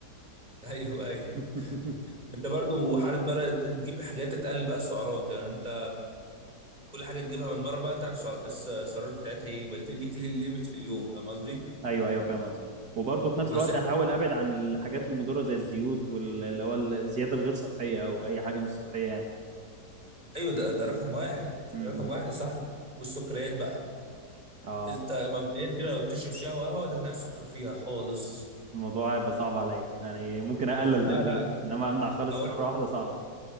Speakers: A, on the right (about 25°); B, on the right (about 65°).
A: <laughs> ايوه ايوه
B: <laughs>
A: انت برضو وحاله بقى تجيب حاجات تقل بقى السعرات يعني انت كل حاجه تجيبها من بره بقى تعرف سعر- الس- السعرات بتاعتها ايه يبقى في ليك ليميت في اليوم فاهم قصدي؟
B: ايوه ايوه فاهم قصدي وبرضه في
A: ونصيحتك
B: نفس الوقت احاول ابعد عن الحاجات المضره زي الزيوت واللي هو الزياده الغير صحيه او اي حاجه مش صحيه يعني
A: ايوه ده, ده رقم واحد
B: امم
A: رقم واحد يا صاحبي والسكريات بقى
B: اه
A: انت مبدئيا
B: <laughs>
A: كده لو بتشرب شاي وقهوه تمنع السكر فيها خالص
B: الموضوع هيبقى صعب عليا يعني ممكن اقلل
A: لا
B: تدريجي
A: لا
B: انما امنع خالص
A: اقول
B: مره واحده صعب